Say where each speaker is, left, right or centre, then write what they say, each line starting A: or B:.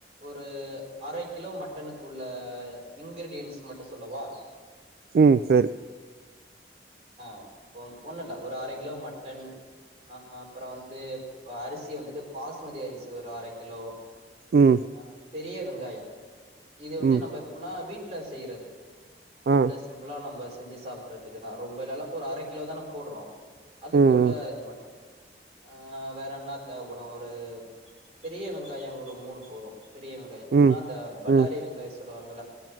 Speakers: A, on the right (about 35°); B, on the right (about 55°).
A: ஒரு அர கிலோ மட்டனுக்கு உள்ள இன்கிரீடியன்ஸ் மட்டு சொல்லவா
B: ம் சேரி
A: ஆ வந் ஒண்ணு இல்ல ஒரு அர கிலோ மட்டன் ஆ அப்புற வந்து ப அரிசி வந்துட்டு பாஸ்மதி அரிசி ஒரு அர கிலோ
B: ம்
A: ஆ பெரிய வெங்காயோ இது வந்து
B: ம்.
A: நம்ப எப்பிட்னா வீட் ல செய்யறது
B: ஆ.
A: வீட்ல சிம்பிளா நம்ப செஞ்சு சாப்டறதுக்குதா ரொம்ப இல்லல்ல ஒரு அர கிலோதான போட்றோ அதுக்குள்ள
B: ம் ம்.
A: இது மட்டு ஆ வேற என்னா தேவைப்படு ஒரு பெரிய வெங்காயோ ஒரு மூணு போது பெரிய வெங்காயோ எப்பிட்னா
B: ம்
A: அந்த பல்லாரி
B: ம்
A: வெங்காயோ சொல்லுவாங்கல்ல